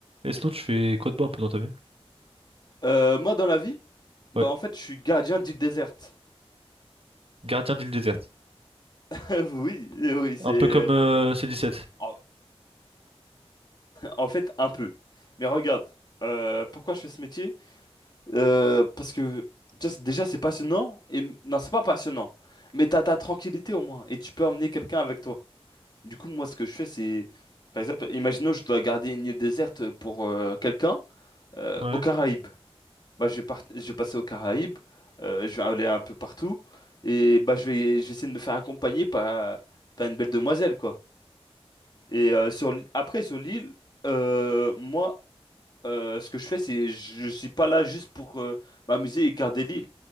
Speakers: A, on the right; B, on the left.
A: Et sinon, tu fais quoi de bon un peu dans ta vie?
B: Euh, moi, dans la vie, bah,
A: Ouais.
B: en fait, je suis gardien d'île déserte.
A: Gardien d'île déserte.
B: <laughs> Oui, oui, c'est...
A: Un peu comme euh, C17.
B: En en fait, un peu. Mais regarde, euh, pourquoi je fais ce métier? Euh, parce que, tu vois, déjà, c'est passionnant. Et... Non, c'est pas passionnant. Mais t'as ta tranquillité, au moins. Et tu peux emmener quelqu'un avec toi. Du coup, moi, ce que je fais, c'est... Par exemple, imaginons, je dois garder une île déserte pour euh, quelqu'un euh,
A: Ouais.
B: aux Caraïbes. bah, je vais part- je vais passer aux Caraïbes, euh, je vais aller un peu partout, et bah, je vais, je vais essayer de me faire accompagner par, par une belle demoiselle, quoi. Et euh, sur, l- après, sur l'île, euh, moi, euh, ce que je fais, c'est je suis pas là juste pour euh, m'amuser et garder l'île.